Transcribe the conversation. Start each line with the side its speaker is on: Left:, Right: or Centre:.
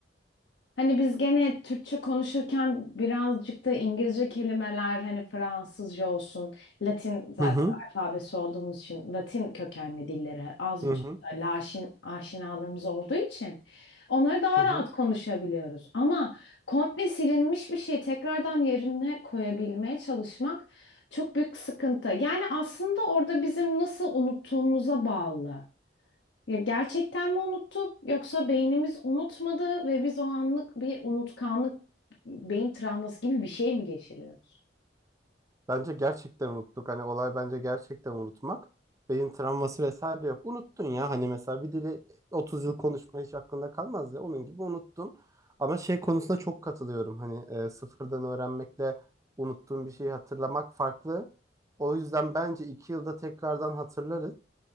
Left: Hani biz gene Türkçe konuşurken birazcık da İngilizce kelimeler hani Fransızca olsun, Latin zaten
Right: Hı hı.
Left: alfabesi olduğumuz için Latin kökenli dillere az
Right: Hı
Left: buçuk
Right: hı.
Left: da laşin aşinalığımız olduğu için onları daha
Right: Hı hı.
Left: rahat konuşabiliyoruz. Ama komple silinmiş bir şeyi tekrardan yerine koyabilmeye çalışmak çok büyük sıkıntı. Yani aslında orada bizim nasıl unuttuğumuza bağlı. Ya gerçekten mi unuttuk yoksa beynimiz unutmadı ve biz o anlık bir unutkanlık, beyin travması gibi bir şey mi geçiriyoruz?
Right: Bence gerçekten unuttuk. Hani olay bence gerçekten unutmak. Beyin travması vesaire yok. Unuttun ya. Hani mesela bir dili 30 yıl konuşma hiç aklında kalmaz ya. Onun gibi unuttun. Ama şey konusunda çok katılıyorum. Hani e, sıfırdan öğrenmekle unuttuğun bir şeyi hatırlamak farklı. O yüzden bence 2 yılda tekrardan hatırlarız.